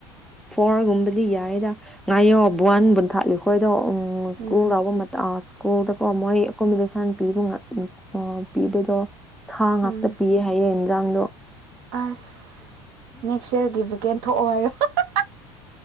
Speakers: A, in the centre; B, on the right.
A: ꯐꯣꯔꯒꯨꯝꯕꯗꯤ ꯌꯥꯏꯗ ꯉꯥꯏꯌꯣ ꯕ꯭ꯋꯥꯟ ꯕꯨꯟꯊꯥꯠꯂꯨ ꯈꯣꯏꯗꯣ ꯎꯝ <unintelligible>
B: ꯎꯝ
A: ꯁ꯭ꯀꯨꯜꯗꯀꯣ ꯃꯣꯏ ꯑꯦꯀꯣꯃꯤꯗꯦꯁꯟ ꯄꯤꯕ ꯉꯥ ꯑ ꯄꯤꯕꯗꯣ ꯁꯥ ꯉꯥꯛꯇ
B: ꯎꯝ
A: ꯄꯤꯌꯦ ꯍꯥꯏꯌꯦꯅꯦ ꯥ <unintelligible> ꯗꯥꯡꯗꯣ
B: ꯑꯁ ꯅꯦꯛꯁ ꯏꯌꯔꯒꯤ ꯚꯦꯀꯦꯟ ꯊꯣꯛꯑꯣ ꯍꯥꯏꯌꯨ ꯍꯥ ꯍꯥ ꯍꯥ ꯍꯥ